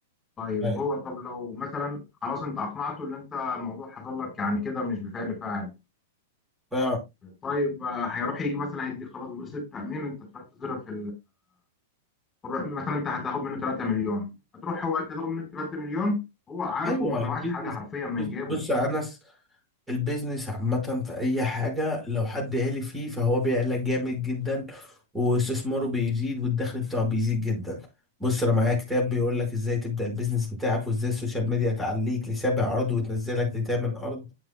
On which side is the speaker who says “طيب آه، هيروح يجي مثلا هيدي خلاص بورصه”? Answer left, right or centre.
Left